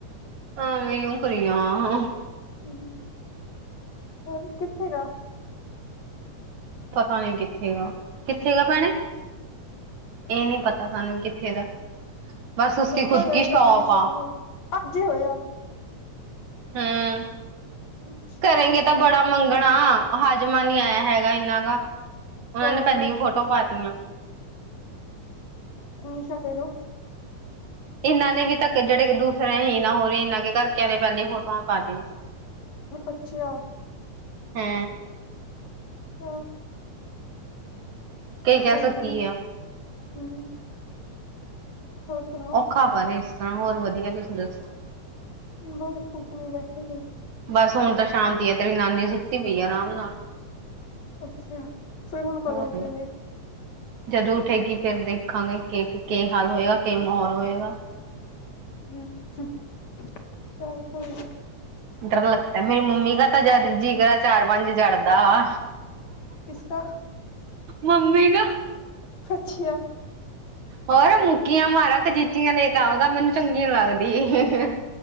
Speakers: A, on the right; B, on the left.
A: ਆਹ ਮੈਂ ਈ ਓ ਕਰੀ ਜਾਵਾਂ
B: ਹਮ ਚੱਲ ਕਿੱਥੇ ਗਾ
A: ਪਤਾ ਨੀ ਕਿੱਥੇਗਾ, ਕਿੱਥੇਗਾ ਪੈਣੇ ਏਹ ਨੀ ਪਤਾ ਸਾਨੂੰ ਕਿੱਥੇ ਦਾ ਬਸ ਉਸਕੀ ਖੁਦ
B: ਕਦ ਆਇਆ
A: ਕੀ ਸ਼ੌਪ
B: ਤਾ ਤਨੀਸ਼ਾ
A: ਆ,
B: ਕਾ ਫੋਨ ਅੱਜ ਹੀ ਹੋਇਆ
A: ਹੂੰ।
B: ਅੱਛਾ
A: ਕਰੇਗੇ
B: ਅੱਛਾ
A: ਤਾਂ ਬੜਾ ਮੰਗਣਾ, ਹਾਜ਼ਮਾਂ ਨੀ ਆਯਾ ਹੈਗਾ ਏਨਾ ਗਾ ਓਨਾਂ
B: ਹਾਂ
A: ਨੇ ਪੈਲੀ ਫੋਟੋ ਪਾਤੀਆਂ
B: ਤਨਿਸਾ ਫੇਰ ਓ
A: ਏਨਾਂ ਨੇ ਵੀ ਤੱਕ ਜੇੜੇ ਕੇ ਦੂਸਰਿਆਂ ਹੀ ਨਾ ਹੋ ਰਹੀ ਏਨਾਂ ਕੇ ਘਰ ਕੈਅ ਰੇ ਨੇ ਪੈਲੀ ਫੋਟੋਆਂ ਪਾਤੀ
B: ਮ ਅੱਛੀ ਆ
A: ਹੈ
B: ਹਾਂ
A: ਕੀ ਕੈਅ
B: ਆ
A: ਸਕਤੀ
B: ਉਹਨਾਂ ਦੀ।
A: ਯਾਂ।
B: ਹੂੰ ਹੋਰ ਸੁਣਾ
A: ਖਾ ਪਾ ਰੇ ਇਸ ਤਰ੍ਹਾਂ ਹੋਰ ਵਧੀਆ ਤੁਸੀਂ ਦੱਸੋ
B: ਬਸ ਕੁਝ ਨੀ ਬੈਠੇ ਸੀ।
A: ਬਸ ਹੁਣ ਤਾਂ ਸ਼ਾਂਤੀ ਆ ਤੇਰੀ ਨਾਨੀ ਸੁੱਤੀ ਪਈ ਆ ਆਰਾਮ ਨਾਲ
B: ਅੱਛਾ, ਫਿਰ ਹੁਣ ਕਦੋਂ
A: ਹੋਰ
B: ਓਠੇਗੇ?
A: ਜਦੋਂ ਓਠੇਗੀ ਫੇਰ ਦੇਖਾਂਗੇ ਕੇ ਕੀ ਕੇ ਹਾਲ ਹੋਏਗਾ ਕਿ ਮਾਹੌਲ ਹੋਏਗਾ?
B: <unintelligible> ਕੋਈ ਨਾ
A: ਡਰ ਲਗਤਾ ਐ ਮੇਰੀ ਮੰਮੀ ਕਾ ਤਾਂ ਜਦ ਜੀ ਕਰਾ ਚਾਰ-ਪੰਜ ਜੜ੍ਹਦਾ ਆ।
B: ਕਿਸਕਾ
A: ਮੰਮੀ ਨਾ
B: ਅੱਛੀਆ
A: ਹੋਰ ਮੁੱਕੀਆਂ ਮਾਰਾ ਕਚੀਚੀਆਂ ਲੈ ਕੇ ਆਵਗਾ ਮੈਨੂੰ ਚੰਗੀ ਨੀ ਲੱਗਦੀ।